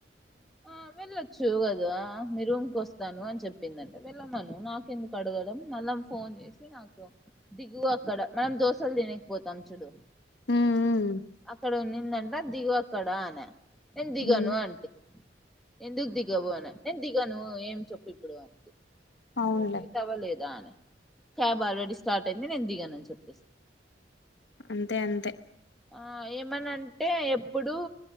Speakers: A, in the centre; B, on the left.
A: ఆ వెళ్ళొచ్చు కదా మీ రూమ్కి వస్తాను అని చెప్పిందంట వెళ్ళమను నాకెందుకు అడగడం <unintelligible> ఫోన్ చేసి నాకు దిగు అక్కడ మనం దోశలు తినేకిపోతాం చూడు
B: ఉమ్
A: అక్కడ ఉన్నిందంట దిగు అక్కడ అనే నేను దిగను
B: ఉమ్
A: అంటి ఎందుకు దిగవు నేను దిగను ఏం చెప్పు ఇప్పుడు అ
B: అవునులే
A: <unintelligible> అవ్వలేదా అని క్యాబ్ ఆల్రెడీ స్టార్ట్ అయింది నేను దిగాను అని చెప్పేస్
B: అంతే అంతే
A: ఆ ఏమనంటే ఎప్పుడూ